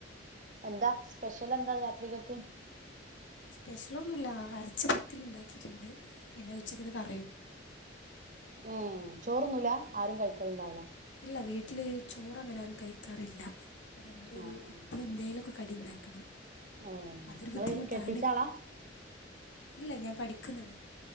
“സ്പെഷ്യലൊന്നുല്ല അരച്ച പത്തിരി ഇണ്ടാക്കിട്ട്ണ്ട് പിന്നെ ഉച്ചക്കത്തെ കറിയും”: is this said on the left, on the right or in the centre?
Left